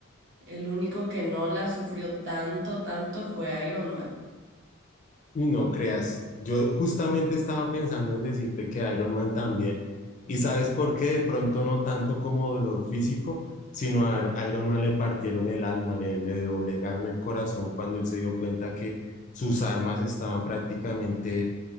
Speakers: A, on the right; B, on the left.
A: el único que no la sufrió tanto, tanto fue Iron Man.
B: Y no creas, yo justamente estaba pensando en decirte que Iron Man también. ¿Y sabes por qué? De pronto no tanto como dolor físico, sino a Ar- Iron Man le partieron el alma, le, le doblegaron el corazón cuando él se dio cuenta que sus armas estaban prácticamente